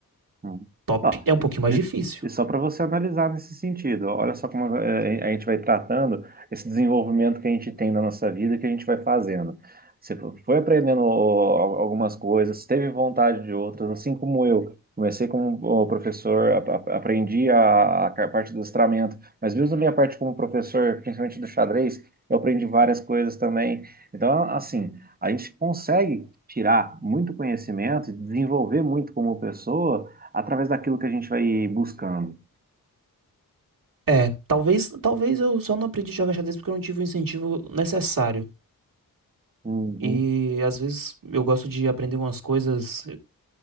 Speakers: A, on the right (about 25°); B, on the right (about 65°).
A: Hum.
B: Top
A: Ó,
B: é um pouquinho
A: e,
B: mais
A: e-
B: difícil.
A: e só para você analisar nesse sentido, olha só como eh, a gente vai tratando esse desenvolvimento que a gente tem na nossa vida, que a gente vai fazendo. Você fo- foi aprendendo ó, algumas coisas, teve vontade de outras, assim como eu. Comecei como ó, professor, ap- ap- aprendi a, a parte do listramento, mas mesmo minha parte como professor, principalmente do xadrez, eu aprendi várias coisas também. Então, assim, a gente consegue tirar muito conhecimento, desenvolver muito como pessoa através daquilo que a gente vai buscando.
B: É, talvez, talvez eu só não aprendi a jogar xadrez porque eu não tive o incentivo necessário.
A: Uhum,
B: E às vezes eu gosto de aprender umas coisas